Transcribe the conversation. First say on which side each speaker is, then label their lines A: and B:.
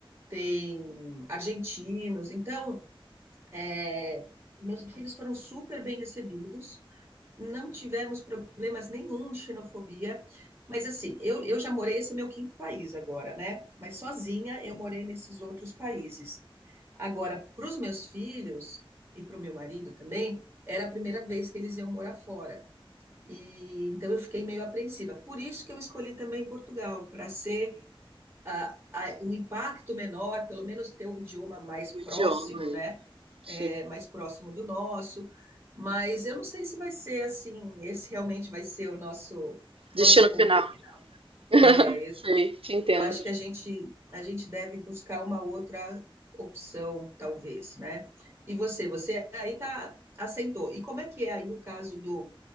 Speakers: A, on the right; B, on the right.
A: tem argentinos. Então, é, meus filhos foram super bem recebidos, não tivemos problemas nenhum de xenofobia. Mas assim, eu, eu já morei, esse é meu quinto país agora, né? Mas sozinha eu morei nesses outros países. Agora, para os meus filhos e para o meu marido também, era a primeira vez que eles iam morar fora. E então eu fiquei meio apreensiva. Por isso que eu escolhi também Portugal, para ser a, a, um impacto menor, pelo menos ter um idioma mais próximo,
B: O idioma hein?
A: né?
B: Que
A: É, mais próximo do nosso. Mas eu não sei se vai ser assim, esse realmente vai ser o nosso nosso
B: destino
A: ponto.
B: final.
A: É,
B: <laughs>
A: exa-
B: Sei, te entendo.
A: eu acho que a gente a gente deve buscar uma outra opção, talvez, né? E você, você aí tá assentou. E como é que é aí o caso do